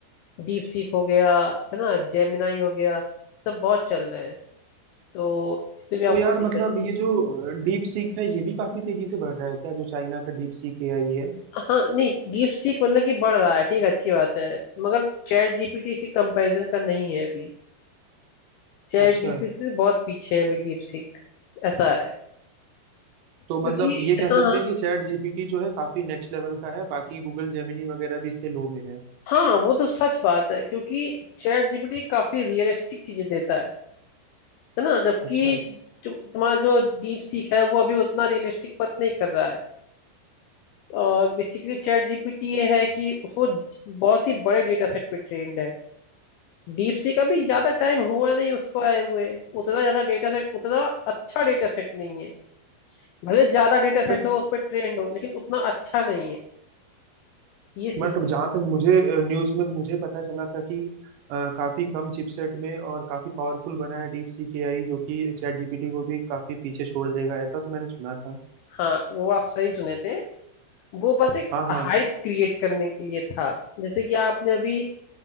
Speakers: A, on the left (about 85°); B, on the right (about 80°).
A: डीप सीक हो गया है ना जेमिनाई हो गया सब बहुत चल रहे हैं तो इससे भी आपको
B: तो यार
A: दिक्कत
B: मतलब
A: चाहिए
B: ये जो डीप सीक है ये भी काफी तेजी से बढ़ रहा है क्या जो चाइना का डीप सीक एआई है
A: हाँ नहीं डीप सीक मतलब कि बढ़ रहा है ठीक है, अच्छी बात है मगर चैट जीपीटी के कंपैरिजन का नहीं है अभी चैट
B: अच्छा
A: जीपीटी से बहुत पीछे है अभी डीप सीक ऐसा है क्योंकि
B: तो मतलब ये कह सकते
A: हाँ हाँ
B: हैं कि चैट जीपीटी जो है काफी नेक्स्ट लेवल का है बाकी गूगल जेमिनी वगैरह भी इससे लो में है
A: हाँ वो तो सच बात है क्योंकि चैट जीपीटी काफी रियलिस्टिक चीजें देता है है ना जबकि
B: अच्छा
A: तु, तुम्हारा जो डीप सीख है वो अभी उतना रियलिस्टिक बात नहीं कर रहा है और बेसिकली चैट जीपीटी ये है कि वो ज- बहुत ही बड़े डेटा सेट पे ट्रेंड है डीप सीख अभी ज्यादा टाइम हुआ नहीं उसको आए हुए उतना ज्यादा डेटा सेट उतना अच्छा डेटा सेट नहीं है भले ज्यादा डेटा
B: बट
A: सेट हो उस पर ट्रेंड हो लेकिन उतना अच्छा नहीं है ये सीन
B: बट
A: है
B: जहां तक मुझे न्यूज में मुझे पता चला था कि अ, काफी कम चिपसेट में और काफी पावरफुल बना है डीप सीक एआई जो कि चैट जीपीटी को भी काफी पीछे छोड़ देगा ऐसा तो मैंने सुना था
A: हाँ वो आप सही सुने थे वो बस एक
B: हाँ हाँ
A: हाइप क्रिएट करने के लिए था जैसे कि आपने अभी